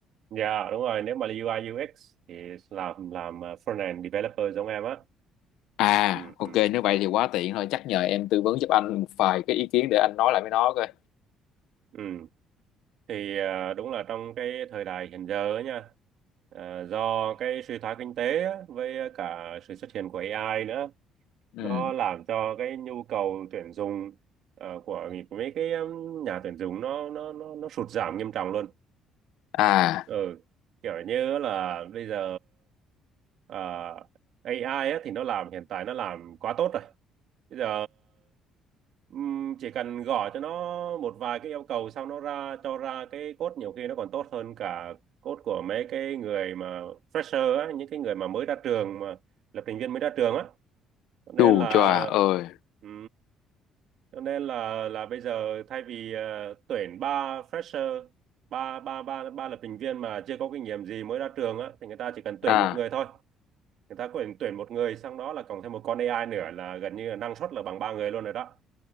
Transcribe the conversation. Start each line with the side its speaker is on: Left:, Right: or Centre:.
Right: Dạ đúng rồi, nếu mà là UI UX thì làm làm ờ, frontend developer giống em á.
Left: à
Right: Ừ
Left: ok
Right: ừ.
Left: nếu vậy thì quá tiện thôi chắc nhờ em tư vấn giúp anh một vài cái ý kiến để anh nói lại với nó coi
Right: Ừ. thì à, đúng là trong cái thời đại hiện giờ ấy nha à, do cái suy thoái kinh tế á, với à, cả sự xuất hiện của AI nữa
Left: ừ
Right: nó làm cho cái nhu cầu tuyển dụng à, của, của mấy cái um, nhà tuyển dụng nó nó nó nó sụt giảm nghiêm trọng luôn
Left: à
Right: ừ kiểu như là bây giờ ờ, AI á, thì nó làm hiện tại nó làm quá tốt rồi bây giờ ừm, chỉ cần gọi cho nó một vài cái yêu cầu sau nó ra cho ra cái code nhiều khi nó còn tốt hơn cả code của mấy cái người mà fresher á những cái người mà mới ra trường mà lập trình viên mới ra trường á cho nên
Left: chù
Right: là
Left: chà ơi
Right: ừ, cho nên là là bây giờ thay vì ờ, tuyển ba fresher ba ba ba ba lập trình viên mà chưa có kinh nghiệm gì mới ra trường á thì người ta chỉ cần tuyển
Left: à
Right: một người thôi người ta có thể tuyển một người xong đó là cộng thêm một con AI nữa là gần như là năng suất là bằng ba người luôn rồi đó